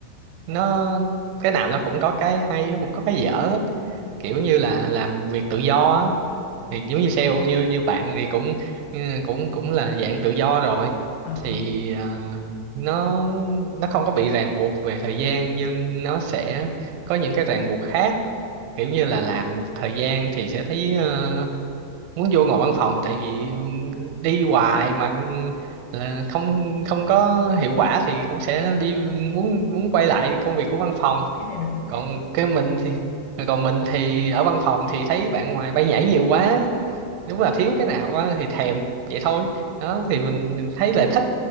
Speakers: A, on the right; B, on the left.
A: nó cái nào nó cũng có cái hay nó cũng có cái dở hết
B: ừ
A: kiểu như là làm việc tự do á
B: ừ
A: thì giống như sale như như bạn thì cũng ừ, cũng cũng là dạng tự do rồi
B: ừ
A: thì ờ, nó nó không có bị ràng buộc về thời gian nhưng nó sẽ có những cái ràng buộc khác kiểu như là làm một thời gian thì sẽ thấy ờ, muốn vô ngồi văn phòng tại vì ừm, đi hoài mà ừm, là không không có hiệu quả thì cũng sẽ đi muốn muốn quay lại công việc của văn phòng
B: cái này đúng nha
A: còn cái mình thì
B: ừ
A: còn mình thì ở văn phòng thì thấy bạn ngoài bay nhảy nhiều quá đúng là thiếu cái nào á thì thèm vậy thôi đó thì mình, mình thấy là thích